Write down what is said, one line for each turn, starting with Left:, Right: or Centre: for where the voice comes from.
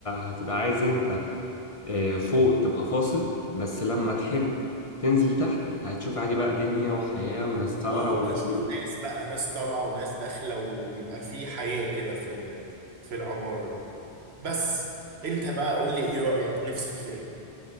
Left: هتبقى عايز انت آه، فوق تبقى فاصل بس لما تحب تنزل تحت هتشوف عادي بقى دنيا وحياة وناس طالعة
Right: اه
Left: ونازلين
Right: اشوف ناس بقى ناس طالعه وناس داخله ويبقى في حياه كده في ال- في العماره بس انت بقى قول لي ايه رايك نفسك في ايه